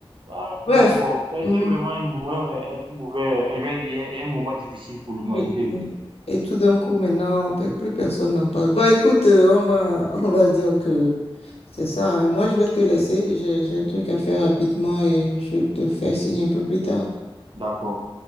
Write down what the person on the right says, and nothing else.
Ah, donc,
euh, ça a
été vraiment un moment, un, un mauvais, je vais dire, un un moment difficile pour l'humanité.
D'accord.